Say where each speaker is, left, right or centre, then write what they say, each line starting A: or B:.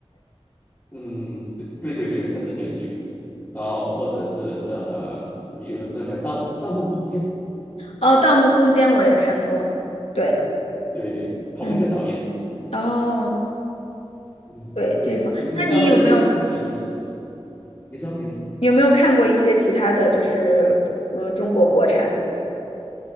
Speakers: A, on the left; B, on the left.
A: 嗯，对对对对，它是美剧，然后或者是呃，比如那个《盗墓盗梦空间》，
B: 哦，《盗墓空间》我也看过。对，
A: 对对，同一个导演，
B: 嗯，哦。
A: 嗯，
B: 对，这方，
A: 就是他会类似你你
B: 那你有没有
A: 你说你说，
B: 有没有看过一些其他的就是嗯中国国产的